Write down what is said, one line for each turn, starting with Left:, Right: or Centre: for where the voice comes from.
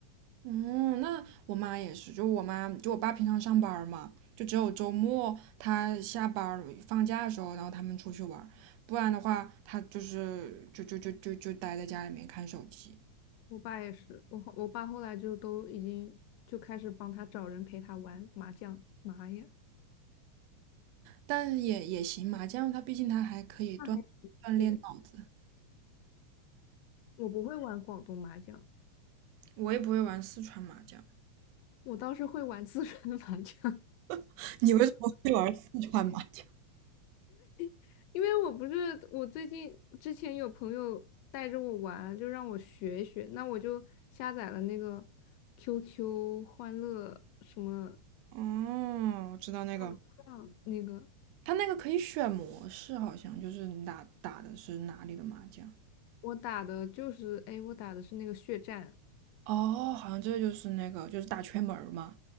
Right: 嗯，那我妈也是，就我妈，就我爸平常上班儿嘛，就只有周末他下班儿放假的时候，然后他们出去玩儿不然的话，他就是就就就就就待在家里面看手机，
Left: 我爸也是，我后我爸后来就都已经就开始帮他找人陪他玩麻将，妈呀，
Right: 但也也行嘛，麻将他毕竟他还可以锻锻炼脑子。
Left: 那还挺对，我不会玩广东麻将，
Right: 我也不会玩四川麻将。
Left: 我倒是会玩四川 <laughs> 麻将，
Right: <laughs> 你为什么会玩四川麻将？
Left: <laughs> 因为我不是我最近之前有朋友带着我玩，就让我学一学，那我就下载了那个 QQ 欢乐什么
Right: 哦，我知道那个，
Left: 乐麻将那个，
Right: 他那个可以选模式，好像就是你打打的是哪里的麻将。
Left: 我打的就是，哎，我打的是那个血战，
Right: 哦，好像这就是那个就是打圈门儿嘛。